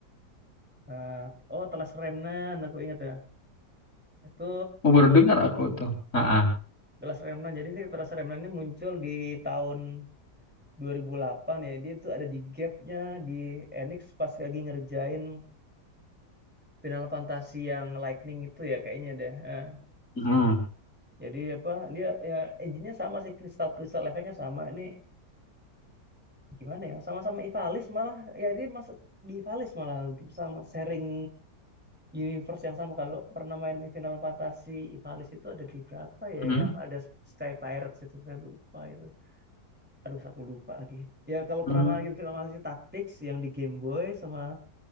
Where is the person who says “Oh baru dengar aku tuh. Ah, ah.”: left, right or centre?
Left